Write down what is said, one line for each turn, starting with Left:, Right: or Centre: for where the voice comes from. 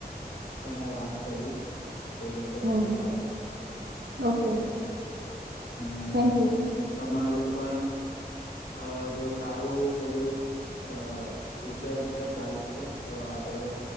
Left: તમે વાત કરી. એ બદલ
Right: હમ,
Left: આભાર.
Right: હમ. ઓકે.
Left: ને
Right: થેન્ક યુ
Left: તમારું પણ અ બો સારું બધું અ ફ્યુચર છે બ્રાઇટ છે તો આપડે